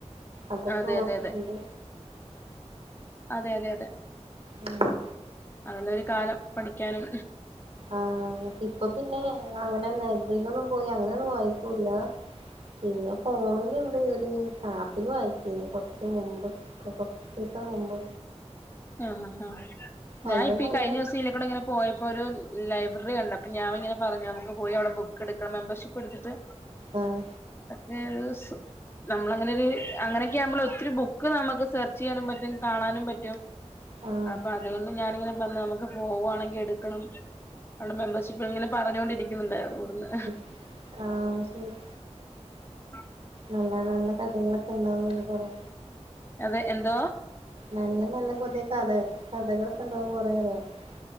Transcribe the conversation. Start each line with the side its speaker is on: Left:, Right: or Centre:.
Right: അതൊക്കെ
Left: അതെ
Right: ഓർമ്മണ്ട്
Left: അതെ അതെ അതെ അതെ അതെ
Right: ആഹ്
Left: അങ്ങനോരു കാലം പഠിക്കാനും
Right: ആഹ് ഇപ്പൊ പിന്നെ അങ്ങനെ ലൈബ്രറിലൊന്നും പോയി അങ്ങനെന്നും വായിക്കൂല പിന്നെ ഫോണില്ണ്ട് ഒരു ആപ്പില് വായിച്ചീനി കോർച്ച് മുമ്പ് പ്പോ കൊർച്ചീസം മുമ്പ്
Left: ആഹ് ആഹ് ആഹ്
Right: അയിലൊന്നും
Left: ഞാൻ ഇപ്പൊ ഈ
Right: നല്ല
Left: കഴിഞ്ഞ ദിവസം ഇയ്ലുകുടെ ഇങ്ങനെ പോയപ്പോ ഒരു ലൈബ്രറി കണ്ടപ്പം ഞാനിങ്ങനെ പറഞ്ഞു നമക്ക് പോയി അവിടെ ബുക്ക് എടുക്കണം മെമ്പർഷിപ്പ് എടുത്തിട്ട്
Right: ആഹ്
Left: <unintelligible> നമ്മള് അങ്ങനെ ഒര് അങ്ങനെക്കെ ആവുമ്പള് ഒത്തിരി ബുക്ക് നമുക്ക് സെർച്ച് ചെയ്യാനും പറ്റും കാണാനും പറ്റും.
Right: ആഹ്
Left: അപ്പ അതുകൊണ്ട് ഞാനിങ്ങനെ <unintelligible> ക്കെ പോവാണെങ്കി എടുക്കണം അവിടെ മെമ്പർഷിപ്പ് ഇങ്ങനെ പറഞ്ഞൊണ്ടിരിക്കുന്നുണ്ടായിരുന്നു ഇവടുന്ന്
Right: ഉം ആഹ് ശെരി
Left: <unintelligible>
Right: നല്ല നല്ല കഥകളൊക്കെ ഇണ്ടാവല്ലോ കൊറെ
Left: അതെ എന്തോ?
Right: നല്ല നല്ല പുതിയ കഥ കഥകളൊക്കെ ഇണ്ടാവും കൊറെ <unintelligible>